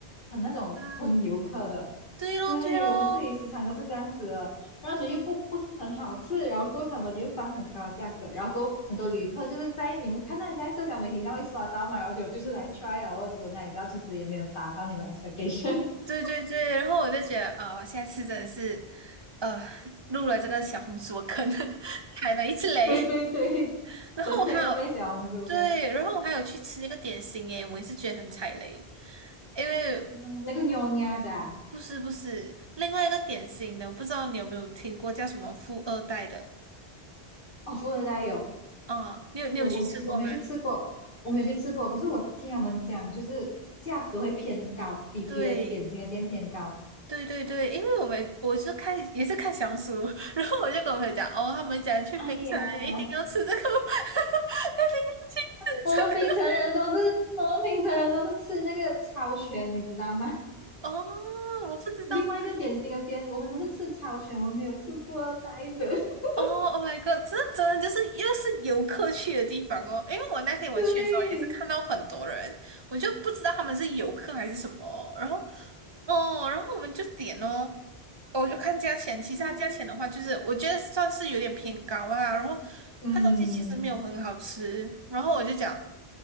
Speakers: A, on the left; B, on the right.
A: 很那种坑游客的，
B: 啊，对喽，
A: 对我们自己时常都是这样子的，
B: 对喽，
A: 而且又不不是很好吃，然后过后他们又放很高的价格，然后过后很多旅客就是在你们看到在社交媒体上会刷到嘛，然后就就是来
B: 嗯，
A: try 啊，然后结果哪里知道其实也 <laughs> 没有达到你们 expectation。<laughs>
B: 对对对，然后我就觉得，啊、我下次真的是，呃，入了这个小红书的坑，<laughs> 踩了一次雷。
A: 对对对，<laughs>
B: 然后我还有，
A: 整天都被小红书给
B: 对，然后我还有去吃那个点心耶，我也是觉得很踩雷，因为
A: 嗯那个妞 n h 的啊
B: 不是不是，另外一个典型的，我不知道你有没有听过叫什么富二代的
A: 哦，富二代有
B: 啊？你有你有去吃过吗？
A: 我我其实我没去吃过，我没有去吃过，可是我听他们讲，就是价格会偏高，比别的点心的店偏高。
B: 对对对对，因为我们我是看也是看小红书，<laughs> 然后我就跟我朋友讲，哦，他们讲去冰城一定要吃这个，
A: 哎呀，
B: <laughs> 一定要去吃这个。
A: 那我们槟城人都是，我们槟城人都是吃那个超全，你知道吗？
B: 哦，我不知道这个，
A: 另外一个点心的店，我们都是吃超全，我们没有吃过二代的。<laughs>
B: 哦，Oh my god！这真的就是又是游客去的地方哦。因为我那天我去的时候也是看到很多人，
A: 对，
B: 我就不知道他们是游客还是什么哦。然后，哦，然后我们就点哦，我就看价钱。其实它价钱的话，
A: 嗯，
B: 就是我觉得算是有点偏高啦。然后
A: 嗯
B: 它东西其实没有很好吃。然后我就讲